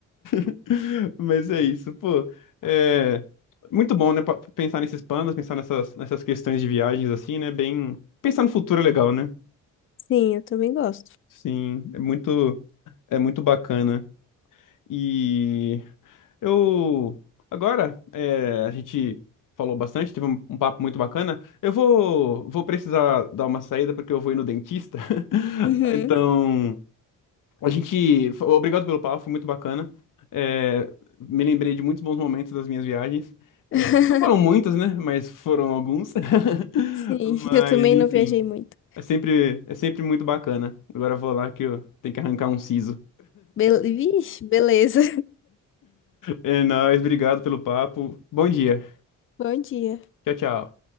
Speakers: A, on the left; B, on the left.
A: <laughs> Mas é isso, pô. É muito bom, né? pa- Pensar nesses planos, pensar nessas, nessas questões de viagens, assim, né? Bem. Pensar no futuro é legal, né?
B: Sim, eu também gosto.
A: Sim, é muito, é muito bacana. E eu. Agora, é, a gente falou bastante, teve um, um papo muito bacana. Eu vou, vou precisar dar uma saída porque eu vou ir no dentista. <laughs>
B: Uhum.
A: Então. A gente. Obrigado pelo papo, foi muito bacana. É, me lembrei de muitos bons momentos das minhas viagens. É,
B: <laughs>
A: não foram muitas, né? Mas foram alguns. <laughs>
B: Sim,
A: Mas,
B: eu também
A: enfim.
B: não viajei muito.
A: É sempre, é sempre muito bacana. Agora eu vou lá que eu tenho que arrancar um siso.
B: Bel... Vixe, beleza.
A: É nóis, obrigado pelo papo. Bom dia.
B: <laughs> Bom dia.
A: Tchau, tchau.